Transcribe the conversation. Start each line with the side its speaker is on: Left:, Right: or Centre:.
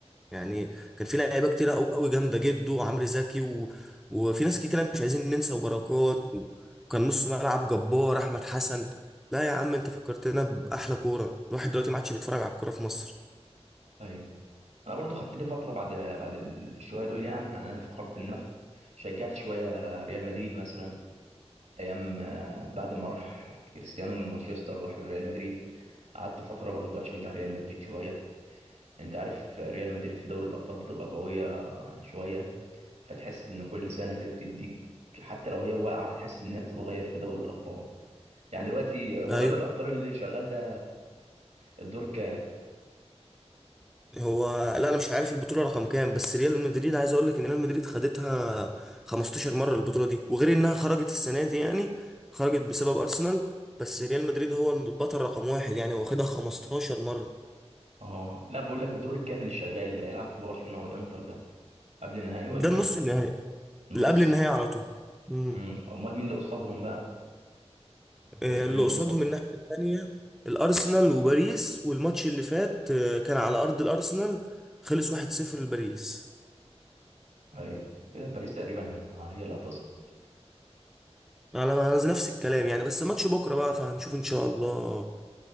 Centre: يعني كان في لعيبه كتيره قوي قوي جامده جده وعمرو زكي و... وفي ناس كتيره مش عايزين ننسى وبركات و... وكان نص ملعب جبار احمد حسن لا يا عم انت فكرتنا باحلى كوره الواحد دلوقتي ما عادش بيتفرج على الكوره في مصر
Right: ايوه انا برضو خدت لي فتره بعد بعد الشويه دول يعني يعني انا فخرت ان انا شجعت شويه ريال مدريد مثلا ايام آه، بعد ما راح كريستيانو من مانشستر راح لريال مدريد قعدت فتره برضو اشجع ريال مدريد شويه انت عارف ريال مدريد في دوري الابطال بتبقى قويه شويه فتحس ان كل سنه كده بتديك حتى لو هي واقعه تحس انها بتتغير في دوري الابطال يعني دلوقتي هو
Centre: ايوه
Right: دوري الابطال اللي شغال ده الدور كام؟
Centre: هو لا انا مش عارف البطوله رقم كام بس ريال مدريد عايز اقول لك ان ريال مدريد خدتها 15 مره البطوله دي وغير انها خرجت السنه دي يعني خرجت بسبب ارسنال بس ريال مدريد هو البطل رقم واحد يعني هو خدها 15 مره
Right: اه لا بقول لك الدور الكامل الشغال اللي هيلعب في برشلونة والانتر ده قبل النهائي ولا
Centre: ده النص
Right: ايه
Centre: النهائي
Right: النص
Centre: اللي قبل النهائي على طول امم
Right: امم امال مين اللي قصادهم بقى
Centre: آه،
Right: الفرقتين
Centre: اللي
Right: اللي
Centre: قصادهم
Right: قصادهم
Centre: الناحيه التانيه الارسنال وباريس والماتش اللي فات آه، كان على ارض الارسنال خلص 1-0 لباريس
Right: ايوه كده باريس تقريبا هت- هي اللي هتصعد
Centre: على نفس الكلام يعني بس ماتش بكره بقى فهنشوف ان شاء الله